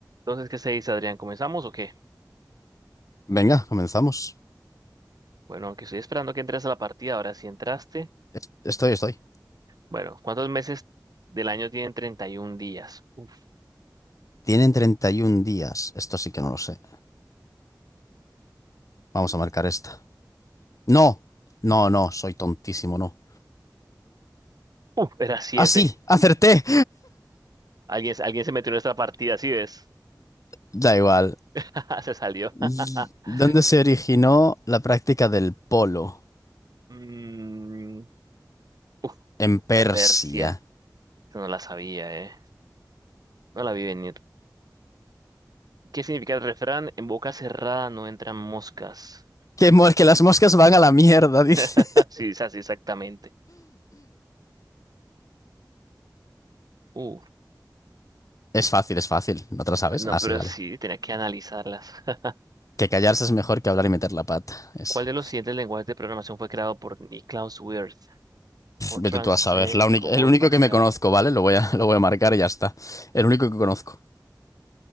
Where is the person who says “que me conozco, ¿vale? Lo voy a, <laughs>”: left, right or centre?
Left